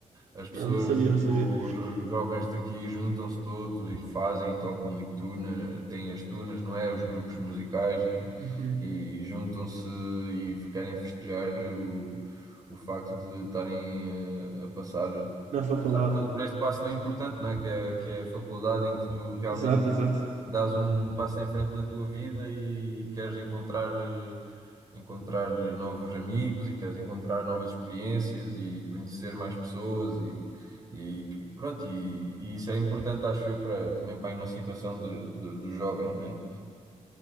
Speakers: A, on the right; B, on the right.
A: As pessoas,
B: Não, não sabia,
A: tipo,
B: não sabia.
A: os os jovens daqui juntam-se todos e fazem e tocam e tuna, têm as tunas, não é? Os grupos musicais e,
B: Uhum.
A: e juntam-se e querem festejar o, o facto de estarem eh, a passar,
B: Na faculdade.
A: passar pronto, por este passo tão importante, não é? Que é, que é a faculdade em que tu realmente
B: Exato, exato.
A: dás um passo em frente na tua vida e queres encontrar. eh, encontrar novos amigos e queres encontrar novas experiências e conhecer mais pessoas e, e pronto, e, e isso é importante, acho eu, para, também para a emancipação de, de- dos jovens, né?